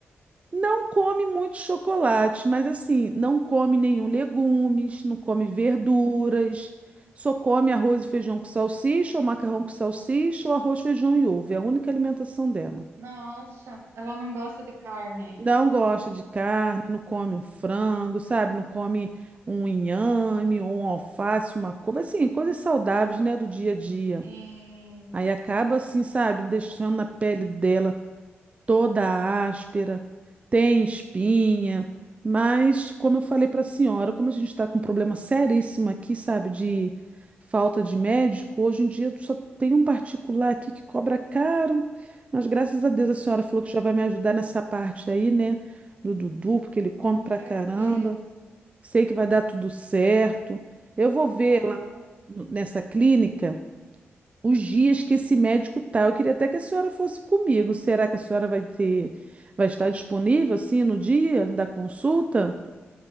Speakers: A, on the right; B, on the right.
A: Não come muito chocolate, mas assim, não come nenhum legumes, não come verduras, só come arroz e feijão com salsicha, ou macarrão com salsicha, ou arroz, feijão e ovo. É a única alimentação dela.
B: Nossa, ela não gosta de carne.
A: Não gosta de carne, não come um frango, sabe? Não come um inhame, ou um alface, uma couve, assim, coisas saudáveis, né, do dia a dia.
B: Sim,
A: Aí acaba assim, sabe, deixando na pele dela toda áspera, tem espinha, mas como eu falei para a senhora, como a gente está com um problema seríssimo aqui, sabe, de falta de médico, hoje em dia só tem um particular aqui que cobra caro, mas graças a Deus a senhora falou que já vai me ajudar nessa parte aí, né, do Dudu, porque ele come
B: com
A: pra
B: certeza.
A: caramba. Sei que vai dar tudo certo. Eu vou ver
B: Vai.
A: lá no- nessa clínica os dias que esse médico tá. Eu queria até que a senhora fosse comigo. Será que a senhora vai ter, vai estar disponível assim no dia da consulta?